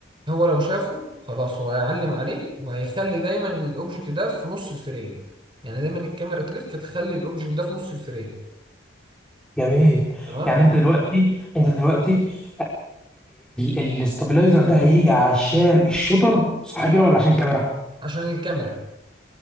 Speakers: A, on the right; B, in the centre.
A: هو لو شافه خلاص هو هيعلم عليه وهيخلي دايما الاوبجكت ده في نص الفريم يعني دايما الكاميرا تلف تخلي الاوبجكت ده في نص الفريم
B: جميل
A: تمام
B: يعني انت دلوقتي انت دلوقتي الاستابلايزر ده هيجي عشان الشوتر صح كده ولا عشان الكاميرا
A: عشان الكاميرا